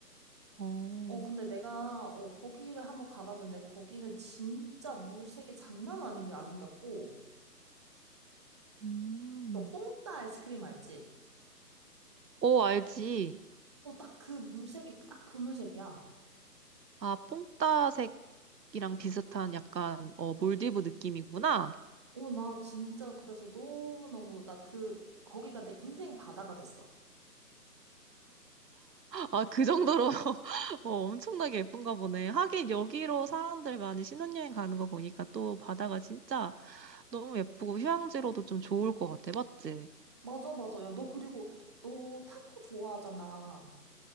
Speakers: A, on the right; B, on the right.
A: 어,
B: 어, 근데 내가, 어, 거기를 한번 가봤는데, 거기는 진짜 물색이 장난 아닌 게 아름답고,
A: 음.
B: 너 뽕따 아이스크림 알지?
A: 어, 알지.
B: 어, 딱 그 물색이, 딱 그 물색이야.
A: 아, 뽕따색이랑 비슷한 약간, 어, 몰디브 느낌이구나.
B: 어, 나 진짜 그래서 너무너무, 나 그, 거기가 내 인생 바다가 됐어.
A: 아, 그 정도로 <laughs> 어, 엄청나게 예쁜가 보네. 하긴 여기로 사람들 많이 신혼여행 가는 거 보니까 또 바다가 진짜 너무 예쁘고 휴양지로도 좀 좋을 것 같아. 맞지?
B: 맞아, 맞아. 야, 너 그리고, 너 타코 좋아하잖아.